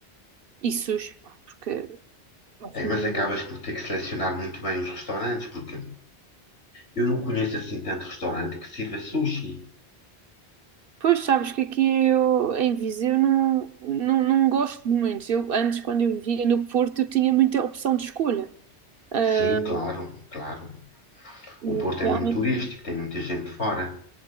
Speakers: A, on the right; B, on the left.
A: e sushi, pá, porque acho
B: eh,
A: mesmo
B: mas acabas
A: bom.
B: por ter que selecionar muito bem os restaurantes, porque eu não conheço assim tanto restaurante que sirva sushi.
A: Pois sabes que aqui eu, em Viseu não, não, não gosto de muitos. Eu, antes, quando eu vivia no Porto, eu tinha muita opção de escolha. Ah,
B: Sim, claro, claro.
A: mas
B: O Porto
A: realmente
B: é muito turístico, tem muita gente fora.